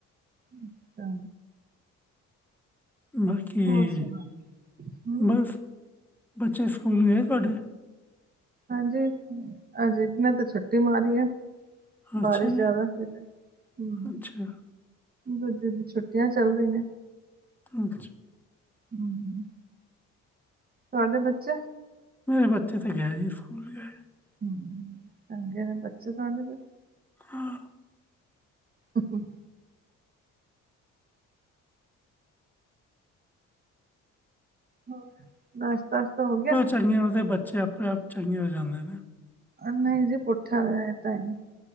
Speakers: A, on the right; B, in the centre.
A: ਅੱਛਾ
B: ਬਾਕੀ,
A: ਹੋਰ ਸੁਣਾ ਹਮ
B: ਬਸ ਬੱਚੇ ਸਕੂਲ ਗਏ ਤੁਹਾਡੇ।
A: ਹਾਂਜੀ ਅਜੇ ਮੈਂ ਤੇ ਛੁੱਟੀ ਮਾਰੀ ਐ। ਬਾਰਿਸ਼
B: ਅੱਛਾ ਜੀ
A: ਜ਼ਿਆਦਾ ਸੀ ਤੇ, ਹੂੰ।
B: ਅੱਛਾ
A: ਦੂਜੇ ਦੀ ਛੁੱਟੀਆਂ ਚੱਲ ਰਹੀ ਨੇ।
B: ਅੱਛਾ,
A: ਹੂੰ, ਤੁਹਾਡੇ ਬੱਚੇ
B: ਮੇਰੇ ਬੱਚੇ ਤਾਂ ਗਏ ਜੀ, ਸਕੂਲ ਗਏ।
A: ਹੂੰ, ਚੰਗੇ ਨੇ ਬੱਚੇ ਤੁਹਾਡੇ ਫਿਰ।
B: ਹਾਂ
A: ਅੱ ਹੂ ਹਾ, ਨਾਸ਼ਤਾ ਸ਼ਤਾ ਹੋ ਗਿਆ।
B: ਚੰਗੀਆਂ ਹੋ, ਤੇ ਬੱਚੇ ਆਪਣੇ ਆਪ ਚੰਗੇ ਹੋ ਜਾਂਦੇ ਨੇ।
A: ਅ ਜੀ ਪੁੱਠਿਆ ਹੋ ਟਾਈਮ,